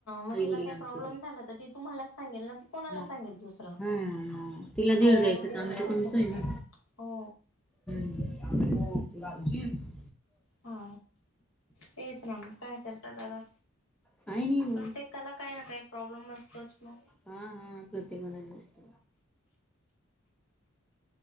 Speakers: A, on the left (about 75°); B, in the centre.
A: मग
B: आई
A: तिला
B: वडिलांकडे
A: काही प्रॉब्लेम झाला तर ती तुम्हांलाच सांगेल ना ते कोणाला
B: मग
A: सांगेल दुसरं
B: हा म तिला
A: काही
B: धीर
A: आईवडील
B: द्यायचं काम
A: असतात
B: तर तुमचं
A: तशे
B: आहे ना.
A: हो
B: हम्म भुक लागली च
A: हा तेच नां म काय करता दादा
B: काही नाही
A: प्रत्येकाला
B: बस
A: काही ना काही प्रॉब्लेम असतोच मग
B: हा हा प्रत्येकाला जास्त